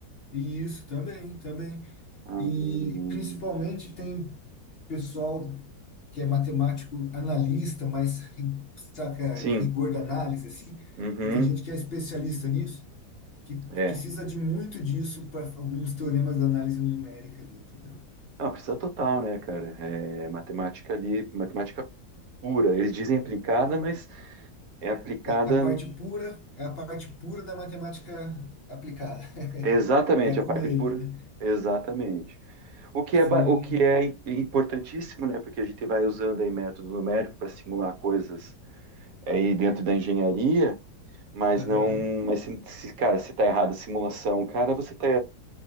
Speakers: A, on the left; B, on the right.
A: Isso, também, também.
B: Ah,
A: E
B: hum,
A: principalmente tem pessoal que é matemático analista, mas ri- saca
B: sim.
A: rigor da análise, assim,
B: Uhum.
A: e tem gente que é especialista nisso, que
B: É.
A: precisa de muito disso para alguns teoremas da análise numérica ali, entendeu?
B: Não, precisa total, né, cara? É matemática ali, matemática pura. Eles dizem aplicada, mas é aplicada
A: É a parte pura, é a parte pura da matemática aplicada. <laughs>
B: Exatamente,
A: É com
B: a parte
A: eles,
B: pura.
A: né?
B: Exatamente. O que
A: Sim,
B: é, ba- o que é im- importantíssimo, né? Porque a gente vai usando aí método numérico para simular coisas aí dentro da engenharia, mas
A: aham.
B: não, mas se, se, cara, se tá errado a simulação, cara, você tá,